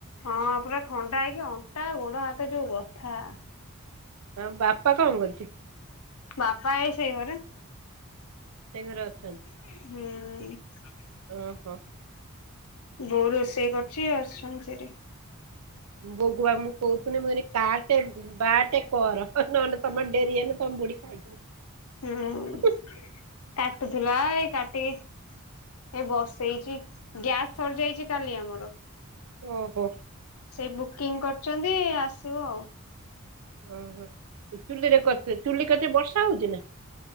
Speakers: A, on the left; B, on the right.
A: ହଁ ପୁରା ଥଣ୍ଡା ହେଇକି ଅଣ୍ଟା ଗୋଡ ହାତ ଯୋଉ ବଥା।
B: ତମ୍ ବାପା କଁ କରୁଚି?
A: ବାପା ଏଇ ସେଇ ଘରେ।
B: ସେ ଘରେ ଅଛନ୍ତି।
A: ହୁଁ।
B: ଓ ହୋ।
A: ବୋଉ ରୋଷେଇ କରୁଛି ବସିଛନ୍ତି ସେଇଠି।
B: ବୋଉକୁ ବା ମୁଁ କହୁଥିଲି ମୁଁ କହିଲି କାଟେ ବାଟେ କର। ନହେଲେ ତମର ଡେରି ହେଲେ ତମ ବୁଡି ଖାଇ ଯିବେ।
A: ହୁଁ କାଟୁଥିଲା ଏଇ କାଟିିକି ଏଇ ବସେଇଛି, ଗ୍ୟାସ୍ ସରି ଯାଇଛି କାଲି ଆମର।
B: ଓ ହୋ।
A: ସେଇ ବୁକିଂ କରୁଛନ୍ତି ଆସିବ ଆଉ।
B: ଓ ହୋ ଚୁଲିରେ କରୁଚ ଚୁଲି କତିରେ ବର୍ଷା ହଉଛି ନା?